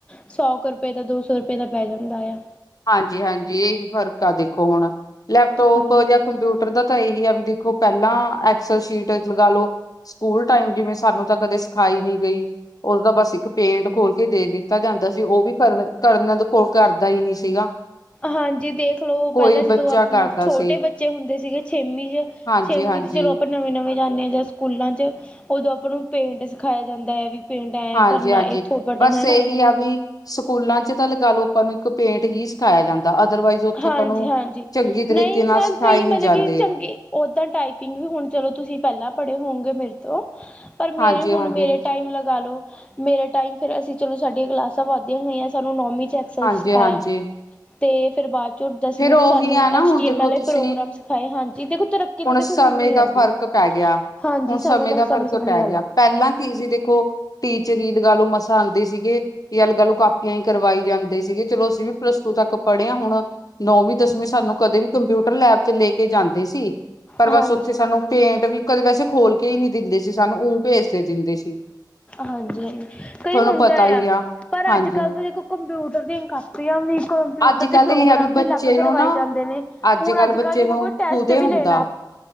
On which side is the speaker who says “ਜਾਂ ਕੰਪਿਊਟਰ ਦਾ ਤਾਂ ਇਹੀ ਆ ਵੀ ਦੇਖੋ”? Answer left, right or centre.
Left